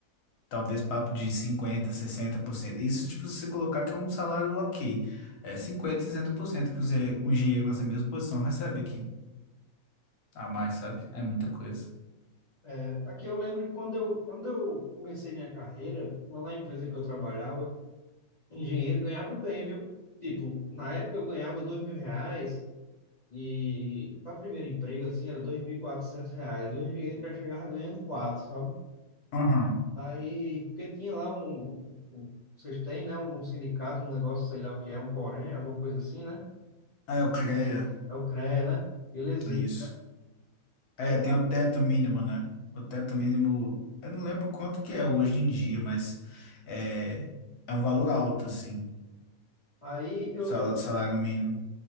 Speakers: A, on the left (about 80°); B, on the left (about 45°).
A: talvez papo de cinquenta, sessenta por cento, Isso, tipo, se você colocar que é um salário ok. É cinquenta, sessenta por cento que você- um engenheiro nessa mesma posição recebe aqui. A mais, sabe? É muita coisa.
B: É, aqui eu lembro que quando eu, quando eu comecei minha carreira, lá na empresa que eu trabalhava, engenheiro ganhava bem, viu? Tipo, na época eu ganhava dois mil reais e para primeiro emprego, assim, era dois mil e quatrocentos reais. E o engenheiro já chegava ganhando quatro, sabe?
A: Aham.
B: Aí, porque tinha lá um, um- vocês têm, né, um sindicato, um negócio, sei lá o que é, um Corém, alguma coisa assim, né?
A: Ah, é o CREA.
B: É o CREA, né? Ele existe.
A: Isso.
B: Aí,
A: É, tem o teto mínimo, né? O teto mínimo, eu não lembro quanto que é hoje em dia, mas é, é um valor alto, assim,
B: aí eu,
A: o sal- salário mínimo.